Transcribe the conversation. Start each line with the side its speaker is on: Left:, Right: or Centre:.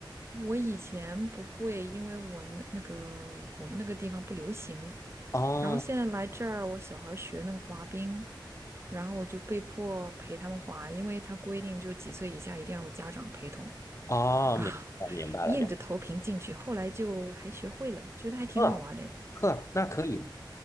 Right: 我以前不会，因为我那那个我们那个地方不流行，
Left: 哦
Right: 然后现在来这儿，我小孩儿学那个滑冰，然后我就被迫陪他们滑，因为他规定就几岁以下一定要有家长陪同，
Left: 哦，
Right: 然后
Left: 明白了明白了，
Right: <laughs> 硬着头皮进去，
Left: 就
Right: 后来就还学会了，觉得还挺好玩的诶
Left: 呵呵，那可以。